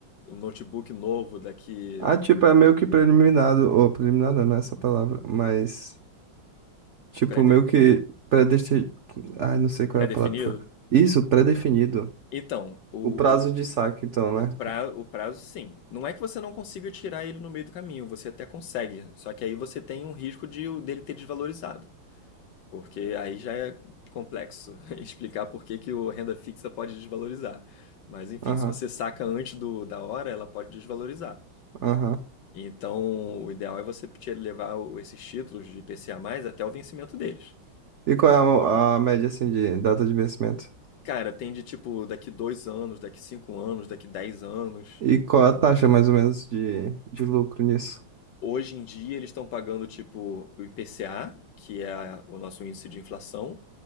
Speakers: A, on the left; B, on the right.
A: um notebook novo daqui
B: Ah, tipo, é meio que preliminado, ou preliminar não, não é essa palavra, mas, tipo,
A: pré-de-
B: meio que predestinado, ai, não sei qual
A: pré-definido.
B: é a palavra. Isso, pré-definido.
A: Então, o,
B: O prazo
A: o,
B: de saque, então, né?
A: o, pra, o prazo, sim. Não é que você não consiga tirar ele no meio do caminho, você até consegue. Só que aí você tem um risco de o- dele ter desvalorizado. Porque aí já é complexo <laughs> explicar por que que o renda fixa pode desvalorizar. Mas enfim,
B: Aham,
A: se você saca antes do, da hora, ela pode desvalorizar.
B: aham.
A: Então, o ideal é você te- levar o- esses títulos de IPCA até o vencimento deles.
B: E qual é a, a média, assim, de data de vencimento?
A: Cara, tem de tipo daqui dois anos, daqui cinco anos, daqui 10 anos.
B: E qual é a taxa, mais ou menos, de, de lucro nisso?
A: Hoje em dia eles estão pagando tipo o IPCA, que é a- o nosso índice de inflação,